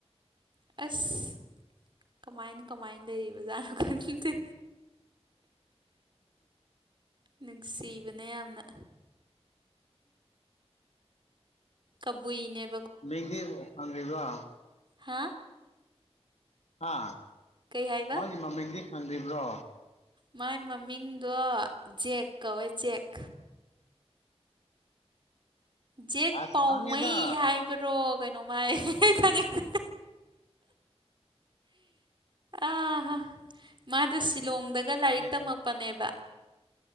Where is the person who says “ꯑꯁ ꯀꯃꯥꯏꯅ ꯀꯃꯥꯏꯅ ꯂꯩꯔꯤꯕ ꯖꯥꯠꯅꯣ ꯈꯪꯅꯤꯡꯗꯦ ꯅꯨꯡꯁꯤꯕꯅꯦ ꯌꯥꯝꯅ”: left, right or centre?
Right